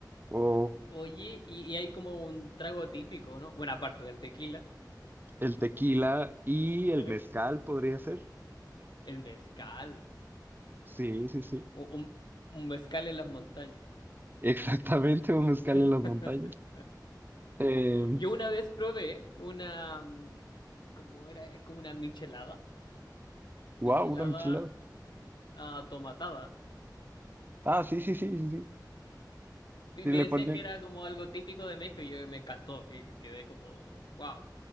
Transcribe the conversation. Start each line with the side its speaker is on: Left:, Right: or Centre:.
Right: o
Left: Oye, y, y hay como un trago típico, ¿no? Bueno, aparte del tequila,
Right: el tequila y
Left: eh,
Right: el mezcal podría ser.
Left: el mezcal.
Right: Sí, sí, sí.
Left: O, un, un mezcal en las montañas.
Right: Exactamente, <laughs> un mezcal en
Left: <laughs>
Right: las montañas. Eh,
Left: Yo una vez probé una, mm, ¿cómo era? Es como una michelada,
Right: wow,
Left: michelada
Right: una michelada.
Left: ah, tomatada.
Right: Ah, sí, sí, sí, sí, sí.
Left: Y
Right: Sí,
Left: me
Right: le
Left: decían
Right: ponen.
Left: que era como algo típico de México y yo me encantó y quedé como, wow.